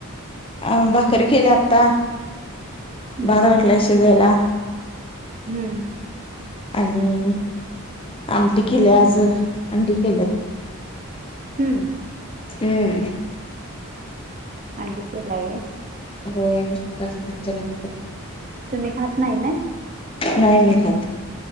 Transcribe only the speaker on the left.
अ भाकरी केली आता
बाद वाटलाय शिजायला.
आणि आमटी केले आज आंटी केल्यात
हम्म,
हो मुस्त असणे आमच्या लागतात
नाही मी खात.